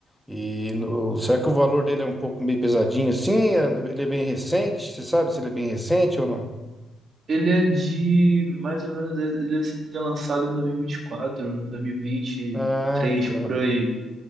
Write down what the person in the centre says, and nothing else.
E no- será que o valor dele é um pouco meio pesadinho assim? É- Ele é bem recente? Você sabe se ele é bem recente ou não?
Ah, tá.